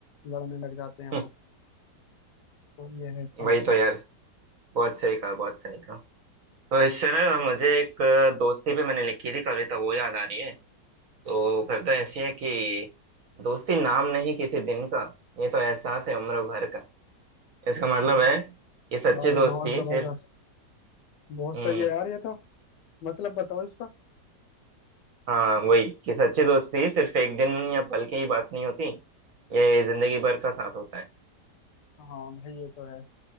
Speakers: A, on the left; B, on the right.
A: लड़ने लग जाते हैं वो
B: हम्म,
A: तो ये है इसका मतलब
B: वही तो यार बहुत सही कहा बहुत सही कहा तो इससे ना मुझे एक दोस्ती पे मैंने लिखी थी कविता वो याद आ रही है तो वो कविता ऐसी है कि दोस्ती नाम नहीं किसी दिन का ये तो एहसास है उम्र भर का इसका मतलब
A: हम्म।
B: है कि सच्ची
A: भाई
B: दोस्ती
A: बहुत जबरदस्त
B: सिर्फ
A: बहुत
B: हम्म
A: सही है यार ये तो मतलब बताओ इसका
B: हाँ वही कि सच्ची दोस्ती सिर्फ एक दिन या पल की ही बात नहीं होती ये जिंदगी भर का साथ होता है
A: हाँ भाई ये तो है